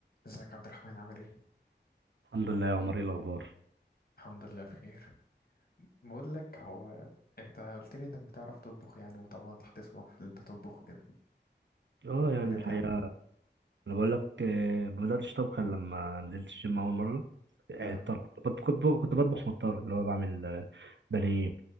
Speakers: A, on the left; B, on the right.
A: ازيك يا عبد الرحمن عامل ايه؟
B: الحمد لله يا عمر ايه الاخبار
A: الحمد لله بخير بقول لك هو انت قلت لي انك بتعرف تطبخ يعني وطبعا اتحطيت في موقف اللي انت تطبخ كده
B: اه يعني
A: يوم الاكل
B: الحقيقه
A: عامة
B: انا بقول لك آه، ما بداتش طبخ إلا لما نزلت الجيم اول مره يعني
A: اه
B: الطبخ كنت بط- كنت ب- كنت بطبخ مضطر اللي هو بعمل آه، بانيه